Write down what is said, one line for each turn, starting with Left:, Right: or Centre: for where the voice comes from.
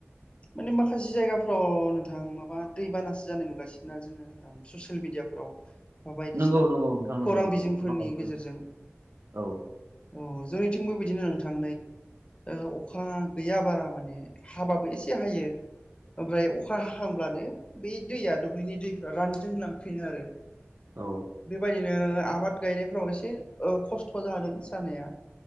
Left: माने माखासे जायगाफ्राव नोंथां माबा दैबानासो जानाय नुगासिनो ना जोङो। ससियेल मिडियाफोराव। बा बायदिसिना
Right: नंगौ नंगौ नोंथां
Left: खौरां
Right: नंगौ नंगौ
Left: बिजोंफोरनि
Right: माखासे
Left: गेजेरजों
Right: औ
Left: अ जोंनिथिंबो बिदिनो। थां ओ अखा गैया बारा माने हाबाबो एसे हायो। ओमफ्राय अखा हाखांब्लानो बै दैया दुब्लिनि दैफ्रा रानजों लांफिनो आरो
Right: औ।
Left: बेबायदिनो आबाद गायनायफ्राव एसे खस्थ' जादों जानाया